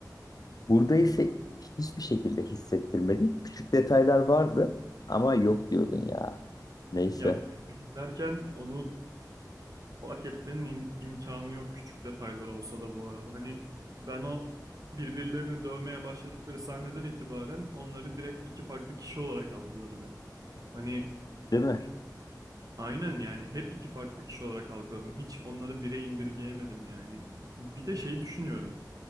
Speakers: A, on the left; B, on the right.
A: Burada ise hiçbir şekilde hissettirmedi. Küçük detaylar vardı ama yok diyordun ya. Neyse,
B: Ya filmi izlerken onu Fark etmenin im- imkanı yok küçük detaylar olsa da bu arada. Hani ben o birbirlerini dövmeye başladıkları sahneden itibaren onları direkt iki farklı kişi olarak algıladım hep. Hani
A: değil mi?
B: Aynen yani hep iki farklı kişi olarak algıladım. Hiç onları bire indirgeyemedim yani. Bir de şey düşünüyorum.